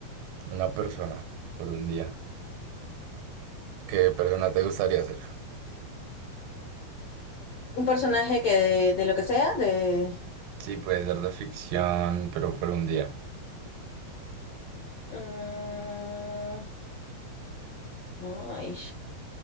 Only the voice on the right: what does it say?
una persona por un día, ¿qué persona te gustaría ser?
Sí, puede ser de ficción, pero por un día.